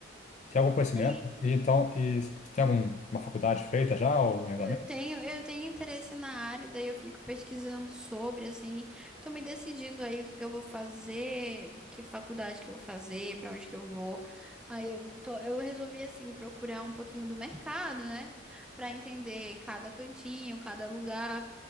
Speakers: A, on the left; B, in the centre.
A: tem algum conhecimento,
B: Sim,
A: e então, e você tem alguma faculdade feita já, ou em andamento?
B: Eu tenho, eu tenho interesse na área, daí eu fico pesquisando sobre, assim, tô me decidindo aí o que que eu vou fazer, que faculdade que eu vou fazer, pra onde que eu vou. Aí eu tô- eu resolvi assim procurar um pouquinho do mercado, né, Pra entender cada cantinho, cada lugar